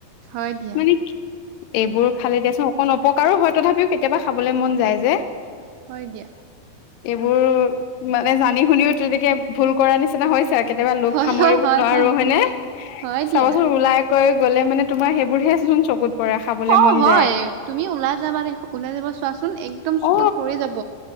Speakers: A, on the right (about 80°); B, on the left (about 80°).
A: হয় দিয়া
B: মানে এইবোৰ খালে দিয়াচোন অকন অপকাৰো হয় তথাপিও কেতিয়াবা খাবলৈ মন যায় যে
A: হয় দিয়া
B: এইবোৰ মানে জানি শুনিও তেনেকে ভুল কৰা নিচিনা হৈছে কেতিয়াবা লোভ
A: হয়
B: সামৰিব
A: হয় হয়
B: নোৱাৰো
A: হয়
B: হয়নে,
A: হয়
B: চাবাচোন
A: দিয়া
B: ওলাই কৈ গ'লে মানে তোমাৰ সেইবোৰহে চোন চকুত পৰে খাবলে
A: অ
B: মন
A: হয়
B: যায়
A: তুমি ওলাই যাবা দেখ ওলাই যাব চোৱাচোন একদম চকুত
B: অ
A: পৰি যাব।